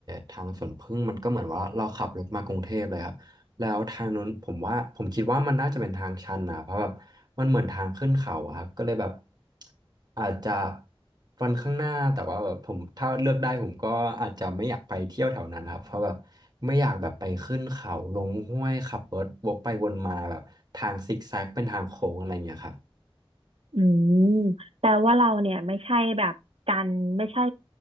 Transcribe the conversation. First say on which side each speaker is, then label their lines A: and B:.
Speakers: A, on the right; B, on the right.
A: ทางสวนผึ้งมันก็เหมือนว่าเราขับรถมากรุงเทพเลยครับ แล้วทางนู้นผมว่าผมคิดว่ามันน่าจะเป็นทางชันนะเพราะแบบมันเหมือนทางขึ้นเขาอะครับก็เลยแบบอาจจะวันข้างหน้าแต่ว่าแบบผมถ้าเลือกได้ผมก็อาจจะไม่อยากไปเที่ยวแถวนั้นครับเพราะแบบไม่อยากแบบไปขึ้นเขาลงห้วยขับรถวกไปวนมาแบบทางซิกแซกเป็นทางโค้งอะไรอย่างเงี้ยครับ
B: อืมแปลว่าเราเนี่ยไม่ใช่แบบการไม่ใช่